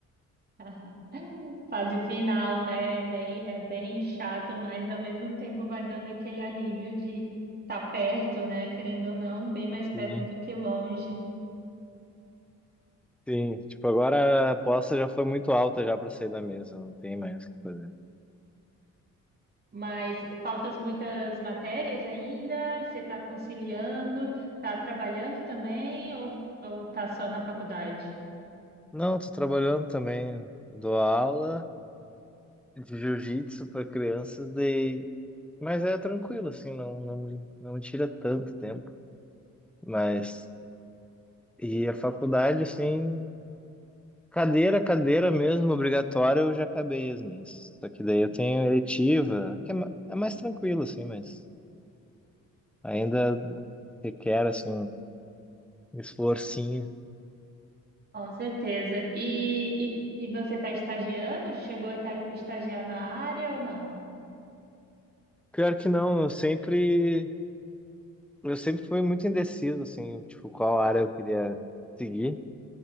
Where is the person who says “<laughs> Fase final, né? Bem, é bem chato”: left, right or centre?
Right